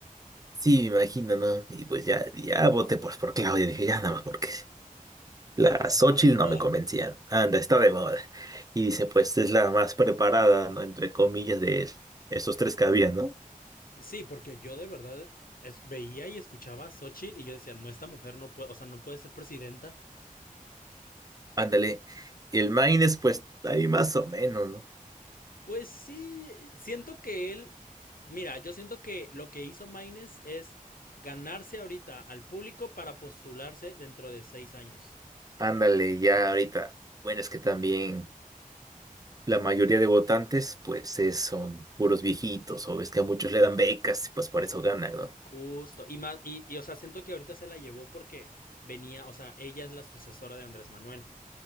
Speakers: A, on the right (about 25°); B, on the left (about 80°).
A: Sí, me imagino, ¿no? Y pues ya, ya voté por, por Claudia, dije, ya nada más porque la
B: Porque
A: Xochitl
B: está de moda.
A: no me convencían. Anda, está de moda. Y dice, pues es la más preparada, ¿no? Entre comillas, de esos tres que había, ¿no?
B: Sí, porque yo de verdad es- veía y escuchaba a Xochitl y yo decía, no, esta mujer no puede, o sea, no puede ser presidenta.
A: Ándale. Y el Maines, pues ahí más o menos, ¿no?
B: Pues sí, siento que él, mira, yo siento que lo que hizo Maines es ganarse ahorita al público para postularse dentro de seis años.
A: Ándale, ya ahorita. Bueno, es que también. la mayoría de votantes, pues es- son puros viejitos, o ves que a muchos le dan becas, pues por eso ganan, ¿no?
B: Justo. Y más, y, y, o sea, siento que ahorita se la llevó porque venía, o sea, ella es la sucesora de Andrés Manuel